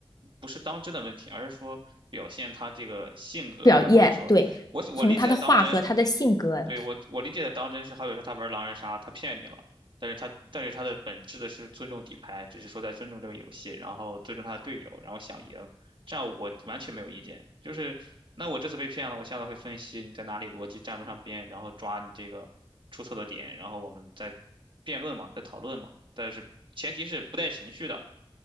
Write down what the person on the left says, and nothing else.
表现，
对，从他的话和他的性格